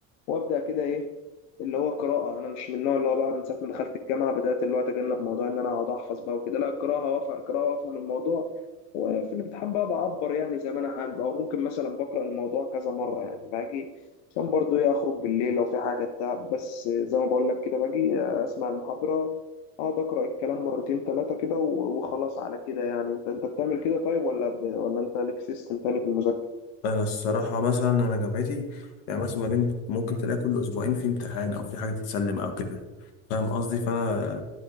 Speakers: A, on the left; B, on the left.
A: وابدا كده ايه اللي هو قراءه انا مش من النوع اللي هو بقى من ساعه ما دخلت الجامعه بدات اللي هو اتجنب موضوع ان انا اقعد احفظ بقى وكده لا القراءه وافهم قراءه وافهم الموضوع وفي الامتحان بقى بعبر يعني زي ما انا حابب او ممكن مثلا بقرا الموضوع كذا مره يعني باجي عشان برضو ايه اخرج بالليل لو في حاجه بتاع بس زي ما بقول لك كده باجي اسمع المحاضره اقعد اقرا الكلام مرتين ثلاثه كده و- وخلاص على كده يعني انت انت بتعمل كده طيب ولا ب... ولا انت ليك سيستم تاني في المذاكره
B: انا الصراحة مثلا انا جامعتي يعني مثلا ما بين ممكن تلاقي كل اسبوعين في امتحان او في حاجة تتسلم او كده فاهم قصدي فانا